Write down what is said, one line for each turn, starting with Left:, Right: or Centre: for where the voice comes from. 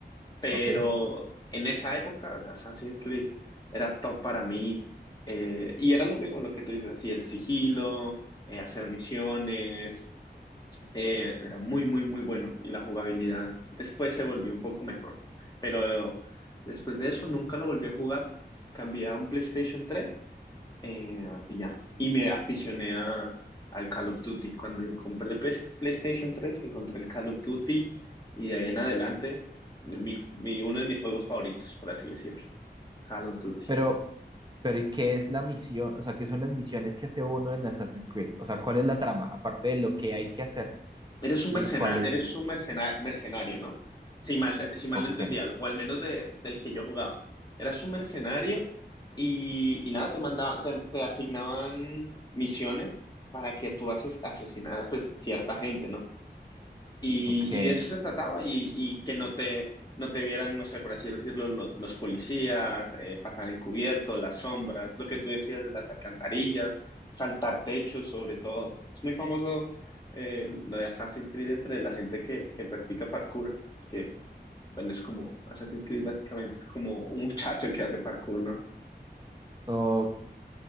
Left: pero
Right: Ok.
Left: en esa época Assassin's Creed era top para mí eh, y era lo mismo lo que tú dices, así el sigilo, eh, hacer misiones, eh, era muy, muy, muy bueno y la jugabilidad después se volvió un poco mejor, pero después de eso nunca lo volví a jugar, cambié a un PlayStation tres eh, y ya. Y me aficioné a, al Call of Duty. Cuando compré el Play- PlayStation 3, encontré el Call of Duty y de ahí en adelante, mi, mi- uno de mis juegos favoritos, por así decirlo. Call of Duty.
Right: Pero, pero ¿y qué es la misión? O sea, ¿qué son las misiones que hace uno en Assassin's Creed? O sea, ¿cuál es la trama? Aparte de lo que hay que hacer,
Left: Eres
Right: ¿sí?
Left: un mercena,
Right: ¿Cuál es?
Left: eres un mercena- mercenario, ¿no? Si mal, si mal
Right: Ok,
Left: lo entendía, o al menos de, del que yo jugaba. Eras un mercenario y, y nada, te mandaban, te, te asignaban misiones para que tú ases- asesinaras pues cierta gente, ¿no? Y,
Right: ok,
Left: y de eso se trataba y, y que no te, no te vieran, no sé, por así decirlo, lo- los policías, eh, pasar encubierto, las sombras, lo que tú decías de las alcantarillas, saltar techos sobre todo. Es muy famoso eh, lo de Assassin's Creed entre la gente que, que practica parkour, que, bueno, es como Assassin's Creed básicamente, es como un muchacho que hace parkour, ¿no?
Right: ok.